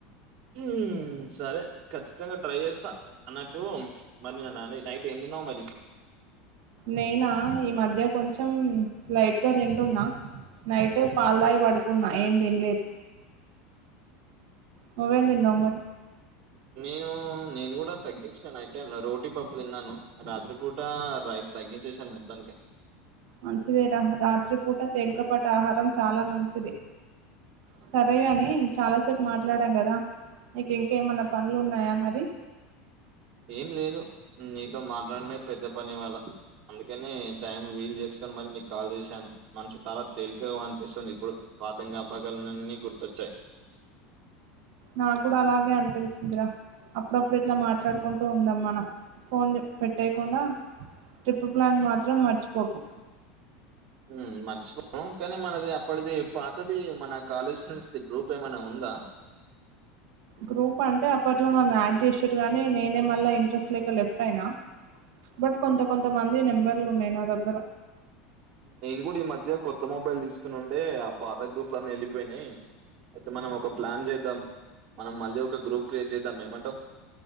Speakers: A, on the right (about 50°); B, on the right (about 65°).
A: ఉమ్ సరే ఖచ్చితంగా ట్రై చేస్తా అన్నట్టు మరి నిన్న నాని నైట్ ఏం తిన్నావ్ మరి
B: నేనా ఈ మధ్య కొంచెం లైట్గా తింటున్నా. నైటు పాల్తాగి పడుకున్నా ఏం తినలేదు. నువ్వేం తిన్నావ్ మరి
A: నేను నేను కూడా తగ్గించిన నైట్ టైంలా రోటీ పప్పు తిన్నాను రాత్రిపూట రైస్ తగ్గించేశాను మొత్తానికే
B: మంచిదేగ రాత్రిపూట తేలికపాటి ఆహారం చాలా మంచిది సరేగాని చాలాసేపు మాట్లాడాం గదా నీకు ఇంకేమన్నా పనులున్నాయా మరి
A: ఏం లేదు నీతో మాట్లాడమే పెద్ద పని ఇవాళ అందుకనే టైం వీలు చేసుకుని మరి నీకు కాల్ చేసాను మన్సు తాలా తేలికగా అనిపిస్తుంది ఇప్పుడు. పాత జ్ఞాపకాలన్నీ గుర్తొచ్చాయి.
B: నా కూడా అలాగే అనిపించిందిరా అప్పుడప్పుడు ఇట్లా మాట్లాడుకుంటూ ఉందం మనం ఫోన్ జే పెట్టేయకుండా ట్రిప్పు ప్లాన్ మాత్రం మర్చిపోకు
A: ఉమ్ మర్చిపోను కానీ మనది అప్పటిది పాతది మన కాలేజ్ ఫ్రెండ్స్ది గ్రూప్ ఏమైనా ఉందా
B: గ్రూప్ అంటే అప్పట్లో నన్ను యాడ్ చేసిర్రు గానీ నేనే మళ్ళ ఇంట్రెస్ట్ లేక లెఫ్ట్ అయినా బట్ కొంత కొంత మంది నెంబర్లు ఉన్నయి నా దగ్గర
A: నేను కూడ ఈ మధ్య కొత్త మొబైల్ తీస్కునుండే ఆ పాత గ్రూప్లన్నీ ఎళ్ళిపోయినయి అయితే మనం ఒక ప్లాన్ చేద్దాం మనం మళ్ళీ ఒక గ్రూప్ క్రియేట్ చేద్దాం ఏమంటవ్